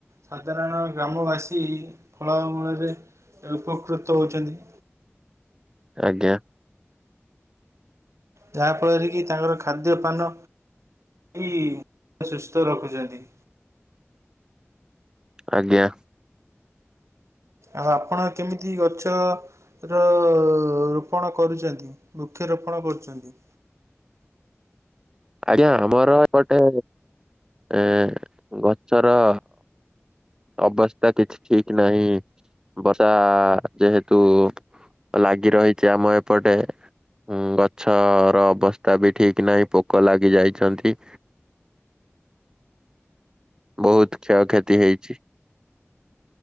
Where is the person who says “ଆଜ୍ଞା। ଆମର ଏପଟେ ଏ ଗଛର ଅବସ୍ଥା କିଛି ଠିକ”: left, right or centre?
Right